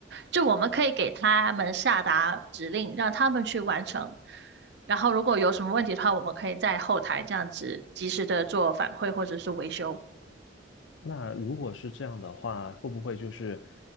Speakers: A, on the right; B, on the left.
A: 就我们可以给他们下达指令，让他们去完成。然后如果有什么问题的话，我们可以在后台这样子及时的做反馈或者是维修。
B: 那如果是这样的话，会不会就是